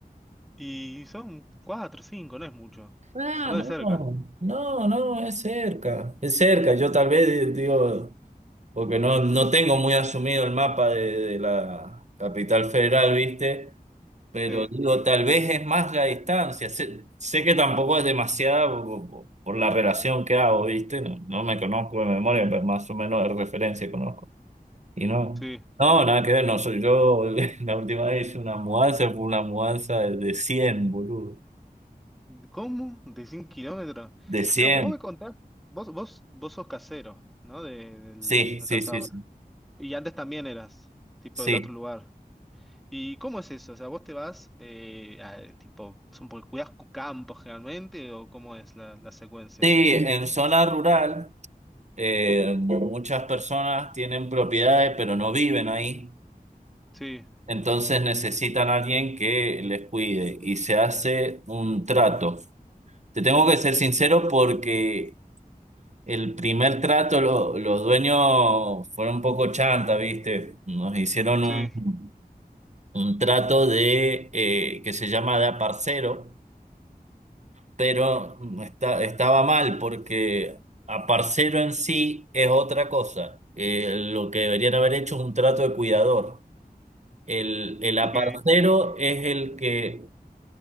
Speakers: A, in the centre; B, on the right.
A: Y son cuatro, cinco, no es mucho.
B: Ah,
A: Bastante cerca.
B: no, no, no, es cerca, es cerca. Yo tal vez eh, digo, porque no, no tengo muy asumido el mapa de, de la capital federal, ¿viste? Pero
A: Sí,
B: digo, tal vez es más la distancia. Sé, sé que tampoco es demasiada por, por- por la relación que hago, ¿viste? No, no me conozco de memoria, pero más o menos de referencia conozco. Y no,
A: sí.
B: no, nada que ver, no soy yo. <laughs> La última vez hice una mudanza, fue una mudanza de, de 100, boludo.
A: ¿Cómo? ¿De 100 kilómetros?
B: De cien,
A: Claro, vos me contás, vos, vos, vos sos casero, ¿no? De, del,
B: Sí,
A: no
B: sí,
A: estás
B: sí,
A: ahora.
B: sí.
A: Y antes también eras, tipo
B: Sí,
A: del otro lugar. ¿Y cómo es eso? O sea, vos te vas, eh, a- tipo, son por cuidas campos generalmente, o cómo es la, la secuencia?
B: Sí, en zona rural. Eh, muchas personas tienen propiedades, pero no viven ahí.
A: Sí,
B: Entonces necesitan a alguien que les cuide y se hace un trato. Te tengo que ser sincero porque el primer trato lo- los dueños fueron un poco chanta, ¿viste? Nos hicieron
A: sí,
B: un, un trato de eh, que se llama de aparcero pero está- estaba mal porque a en sí es otra cosa. Eh, lo que deberían haber hecho es un trato de cuidador. El, el aparcero
A: ok,
B: es el que